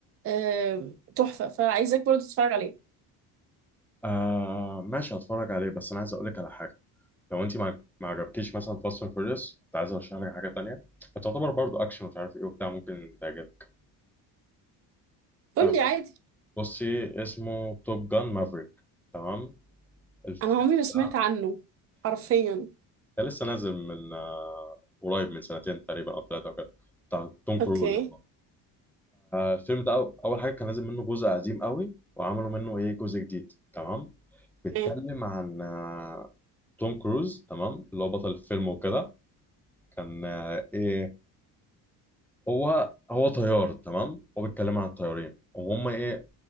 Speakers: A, on the right; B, in the centre.
A: آه، تحفة فعايزاك برضه تتفرج عليه
B: آه ماشي هتفرج عليه بس انا عايز اقول لك على حاجه لو انت ما ما عجبكيش مثلا فاست اند فيوريوس كنت عايز ارشح لك حاجه تانية هتعتبر برضه اكشن مش عارف ايه وبتاع ممكن تعجبك
A: قول
B: آه
A: لي عادي
B: بصي اسمه توب جان مافريك تمام الفيلم
A: انا عمري ما سمعت
B: ده
A: عنه حرفيا
B: ده لسه نازل من آه قريب من سنتين تقريبا او ثلاثه او كده بتاع توم كروز
A: اوكي
B: الفيلم ده أو- اول حاجه كان نازل منه جزء قديم قوي وعملوا منه ايه جزء جديد تمام بيتكلم
A: ايه
B: عن آه، توم كروز تمام اللي هو بطل الفيلم وكده كان آه، ايه هو هو طيار تمام هو بيتكلم عن الطيارين وهم ايه